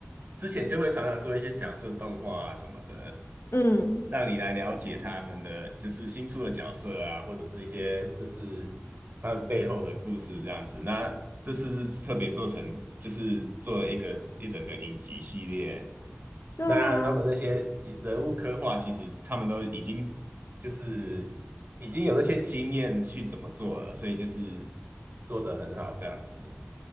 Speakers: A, on the right; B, on the left.
A: 之前就会常常做一些角色动画啊什么的，
B: 嗯，
A: 让你来了解他们的就是新出的角色啊，或者是一些就是他们背后的故事这样子。那这次是特别做成，就是做了一个一整个影集系列，
B: 对啊，
A: 那他们那些人物刻画，其实他们都已经就是已经有那些经验去怎么做了，所以就是做得很好这样子。